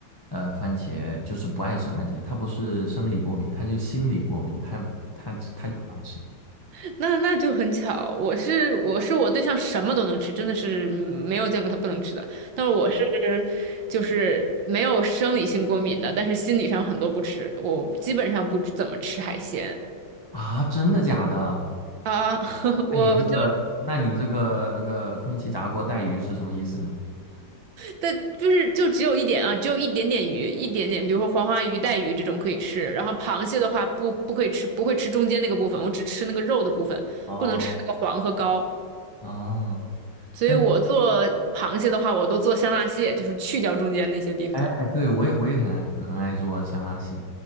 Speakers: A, on the left; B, on the right.
A: 呃，番茄就是不爱吃番茄，她不是生理过敏，她就心理过敏，她她她就不爱吃
B: <laughs> 那那就很巧，我是我是我对象什么都能吃，真的是没有见过他不能吃的。但是我是就是没有生理性过敏的，但是心理上很多不吃，我基本上不怎么吃海鲜。
A: 啊！真的假的？
B: 啊，<laughs> 我就
A: 那你这个，那你这个那个空气炸锅带鱼是什么意思呢？
B: 但就是就只有一点啊，只有一点点鱼，一点点，比如说黄花鱼、带鱼这种可以吃。然后螃蟹的话不不可以吃，不会吃中间那个部分，我只吃那个肉的部分，
A: 哦
B: 不能吃那个黄和膏。
A: 哦，
B: 所以我做螃蟹的话，
A: 但是
B: 我都做香辣蟹，就是去掉中间那些地方。
A: 哎，对我也我也很很爱做香辣蟹，